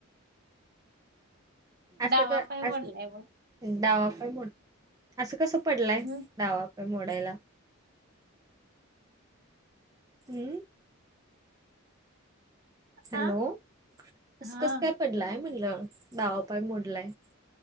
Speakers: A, on the right; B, on the right.
A: असं
B: डावा
A: का
B: पाय मोडलाय
A: अस
B: बघ
A: डावाप म्ह असं कसं पडलंय
B: हम्म
A: डावाप! का मोडायला हम्म? हॅलोस
B: हा हा
A: कसं काय पडलंय म्हटलं दावापाय मोडलाय.